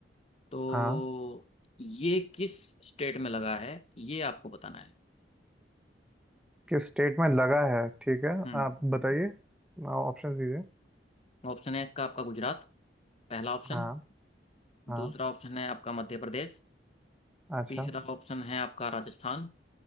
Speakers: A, on the left; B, in the centre.
A: तो
B: हाँ
A: ये किस स्टेट में लगा है ये आपको बताना है
B: किस स्टेट में लगा है ठीक है
A: हम्म
B: आप बताइए ऑप्शंस दीजिए
A: ऑप्शन है इसका आपका गुजरात पहला ऑप्शन
B: हाँ हाँ
A: दूसरा ऑप्शन है आपका मध्य प्रदेश
B: अच्छा
A: तीसरा ऑप्शन है आपका राजस्थान